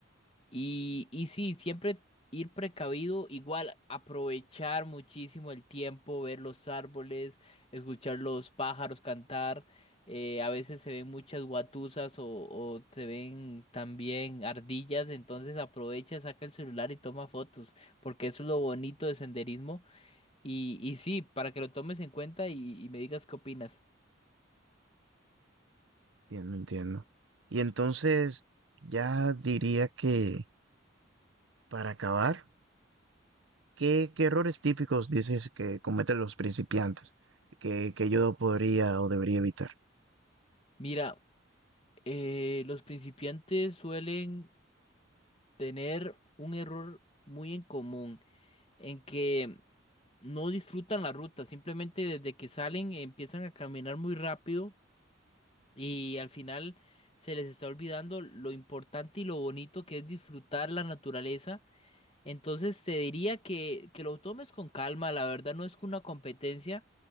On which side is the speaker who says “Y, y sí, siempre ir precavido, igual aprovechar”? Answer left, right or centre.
Left